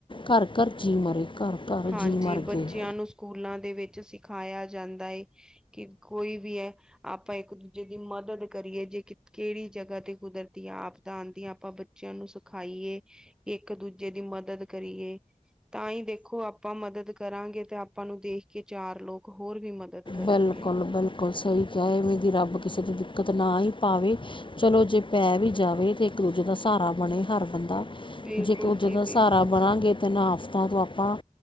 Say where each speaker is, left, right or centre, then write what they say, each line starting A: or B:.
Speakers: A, on the left; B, in the centre.
A: ਘਰ ਘਰ ਜੀਅ ਮਰੇ ਘਰ ਘਰ
B: ਹਾਂਜੀ
A: ਜੀ ਮਰ
B: ਬੱਚਿਆਂ
A: ਗਏ
B: ਨੂੰ ਸਕੂਲਾਂ ਦੇ ਵਿੱਚ ਸਿਖਾਇਆ ਜਾਂਦਾ ਦਾ ਏ ਕਿ ਕੋਈ ਵੀ ਹੈ ਆਪਾਂ ਇੱਕ ਦੂਜੇ ਦੀ ਮਦਦ ਕਰੀਏ ਜੇ ਕਿਹੜੀ ਜਗ੍ਹਾ ਤੇ ਕੁਦਰਤੀ ਆਪਦਾ ਆਉਂਦੀ ਆਪਾਂ ਬੱਚਿਆਂ ਨੂੰ ਸਿਖਾਈਏ ਇੱਕ ਦੂਜੇ ਦੀ ਮਦਦ ਕਰੀਏ ਤਾਂ ਹੀ ਦੇਖੋ। ਆਪਾਂ ਮਦਦ ਕਰਾਂਗੇ ਤੇ ਆਪਾਂ ਨੂੰ ਦੇਖ ਕੇ ਚਾਰ ਲੋਕ ਹੋਰ ਵੀ ਮਦਦ। ਕਰਨਗੇ।
A: ਬਿਲਕੁਲ ਬਿਲਕੁਲ ਸਹੀ ਕਿਹਾ ਇਵੇਂ ਦੀ ਰੱਬ ਕਿਸੇ ਦੀ ਦਿੱਕਤ ਨਾ ਆਈ। ਭਾਵੇਂ ਚਲੋ ਜੇ ਪੈ ਵੀ ਜਾਵੇ ਤਾਂ ਇੱਕ ਦੂਜੇ ਦਾ ਸਹਾਰਾ ਬਣੇ ਹਰ ਬੰਦਾ
B: ਬਿਲਕੁਲ
A: ਜੇ ਦੂਜੇ
B: ਜੀ
A: ਦਾ
B: ਬਿਲਕੁਲ
A: ਸਹਾਰਾ ਬਣਾਂਗੇ ਤੇ ਨਾ ਆਫ। ਤਾਂ ਤੋਂ ਆਪ ਆਪਾਂ